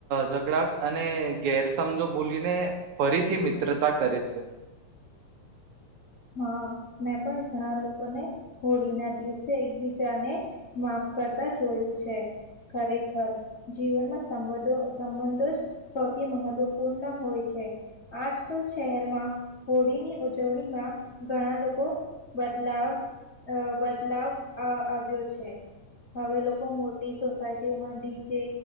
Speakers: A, on the right (about 75°); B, on the left (about 55°).
A: ઝઘડાં અને ગેરસમજો ભૂલીને ફરીથી મિત્રતા કરે છે.
B: હાં મેં પણ ઘણા લોકોને, હોળીના દિવસે એકબીજાને માફ કરતા જોયું છે, ખરેખર જીવનમાં સંબંધો સંબંધો જ સૌથી મહત્વપૂર્ણ હોય છે, આજકાલ શહેરમાં હોળીની ઉજવણીમાં ઘણાં લોકો બદલાવ બદલાવ આવ્યો છે, હવે લોકો મોટી સોસાયટીઓમાં ડીજે,